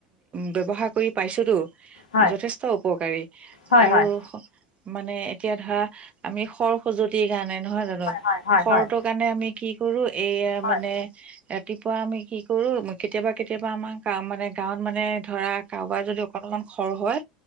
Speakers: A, on the right (about 30°); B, on the left (about 75°).
A: ব্যৱহাৰ কৰি পাইছোঁতো।
B: হয়
A: যথেষ্ট উপকাৰী
B: হয়
A: আৰু।
B: হয়
A: মানে এতিয়া ধৰা আমি সৰ খজুৱতি গানে। নহয় জানো
B: হয় হয়
A: খৰটোৰ
B: হয়
A: কাৰণে আমি কি। সৰু। এইয়া
B: হয়
A: মানে। ৰাতিপুৱা আমি কি কৰো। কেতিয়াবা কেতিয়াবা আমাৰ গ মানে গাঁৱত মানে ধৰা কাৰোবাৰ যদি অকণ অকণ খৰ হয়।